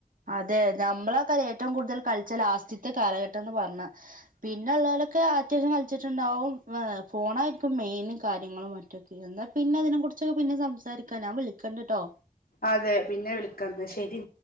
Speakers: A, on the right (about 65°); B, on the left (about 85°).
A: അതെ നമ്മളെക്ക ഏറ്റവും കൂടുതൽ കളിച്ച ലാസ്റ്റ്ത്തെ കാലഘട്ടംന്ന് പറഞ്ഞ പിന്നെ ഉള്ളലൊക്കെ അത്യാവശ്യം കളിച്ചിട്ടുണ്ടാവും ഫോണായിയിരിക്കും മെയിൻ കാര്യങ്ങളും മറ്റൊക്കെ എന്നാ പിന്നെ അതിനെ കുറിച്ചൊക്കെ പിന്നെ സംസാരിക്കാൻ ഞാൻ വിളിക്കണ്ട കേട്ടോ
B: അതെ പിന്നെ വിളിക്ക ന്നാ ശെരി